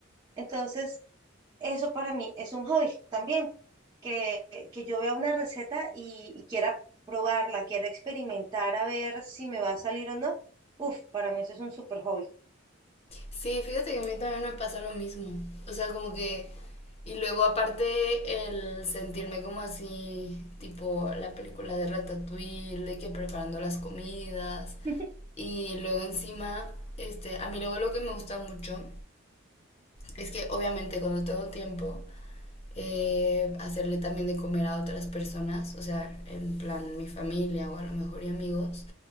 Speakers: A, on the right; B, on the left.
A: Entonces, eso para mí es un hobby también, que, que yo vea una receta y, y quiera probarla, quiera experimentar a ver si me va a salir o no. Uf, para mí eso es un super hobby.
B: Sí, fíjate que a mí también me pasa lo mismo. O sea, como que... Y luego aparte el sentirme como así, tipo la película de Ratatouille, de que preparando las comidas.
A: <laughs>
B: Y luego encima, este, a mí luego lo que me gusta mucho es que obviamente cuando tengo tiempo, eh, hacerle también de comer a otras personas, o sea, en plan mi familia o a lo mejor y amigos,